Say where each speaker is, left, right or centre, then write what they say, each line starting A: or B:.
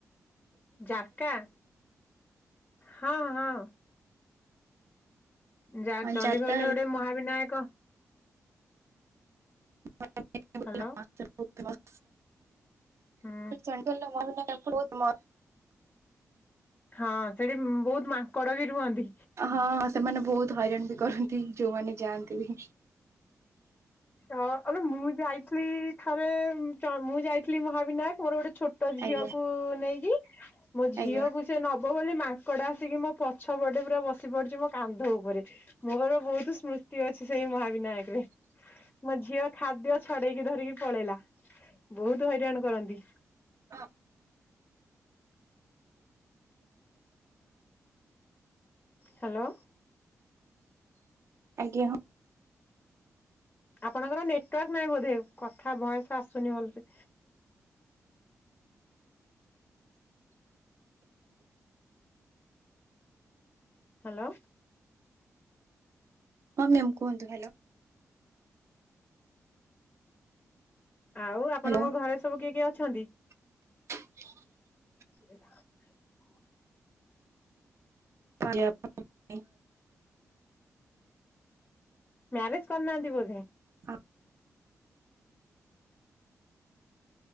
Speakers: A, on the left; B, on the right.
A: ଜାରକା ହଁ ହଁ। ଯା ଚଣ୍ଡୀଖୋଲ
B: ଜାରକା
A: ରେ ଗୋଟେ ମହାବିନାୟକ।
B: <unintelligible> ସେଇ
A: ହ୍ୟାଲୋ
B: ଚଣ୍ଡୀଖୋଲ ରେ ମହାବିନାୟକ
A: ହୁଁ
B: ମନ୍ଦିର ବହୁତ ମାଙ୍କଡ଼।
A: ହଁ ସେଠି ବହୁତ ମାଙ୍କଡ ବି ରୁହନ୍ତି।
B: ହାଲୋ ହଁ ସେମାନେ ବହୁତ ହଇରାଣ ବି। କରନ୍ତି ଯୋଉମାନେ ଯାଆନ୍ତି ବି।
A: ଅ ଆବେ ମୁଁ ଯାଇଥିଲି ଥରେ ଚ ମୁଁ ଯାଇି ଥିଲି ମହାବିନାୟକ ମୋର ଗୋଟେ ଛୋଟ ଝିଅକୁୁ
B: ଆଜ୍ଞା
A: ନେଇକି ମୋ ଝିଅକୁ
B: ଆଜ୍ଞା
A: ସେ ନ ନବ ବୋଲି ମାଙ୍କଡ ଆସିକି ମୋ ପଛ ପଟେ ପୁରା ବସି ପଡିଚି ମୋ କାନ୍ଧ ଉପରେ ମୋର ବହୁତ ସ୍ମୃ- ତି ଅଛି ସେଇ ମହାବିନାୟକ ରେ ମୋ ଝିଅ ଖାଦ୍ୟ ଛଡେଇକି ଧରିକି ପଳେଇଲା। ବହୁତ ହଇରାଣ କରନ୍ତି।
B: <unintelligible>
A: ହାଲୋ।
B: ଆଜ୍ଞା ହଁ।
A: ଆପଣଙ୍କର ନେଟୱାର୍କ ନାହିଁ ବୋଧେ କଥା ଭଏସ୍ ଆସୁନି ଭଲସେ। ହାଲୋ।
B: ହଁ ମ୍ୟାମ୍ କୁହନ୍ତୁ ହ୍ୟାଲୋ।
A: ଆଉ ଆପଣଙ୍କ
B: ହ୍ୟାଲୋ
A: ଘରେ ସବୁ କିଏ କିଏ ଅଛନ୍ତି?
B: <inaudible>
A: <unintelligible>
B: <unintelligible>
A: ମ୍ୟାରେଜ୍ କରିନାହାନ୍ତି ବୋଧେ?
B: ହଁ